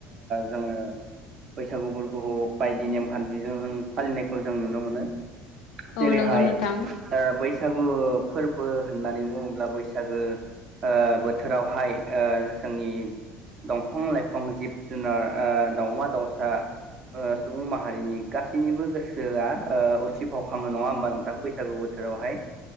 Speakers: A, on the right; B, on the left.
A: जोङो बैसागु फोरगखौ बायदि नेम खान्थिजों जों फालिनाय जों नुनो मोनो जेरैहाय
B: औ नंगौ नोंथां
A: बै बैसागु फोरबो होननानै बुङोब्ला बैसागो बोथोरावहाय जोंनि दंफां लाइफां जिब जुनार दाउमा दाउसा सुबुं माहारिनि गासैनिबो गोसो बोसोरआ असि फावखाङो नङा होमबा नोंथां बैसागु बोथोरावहाय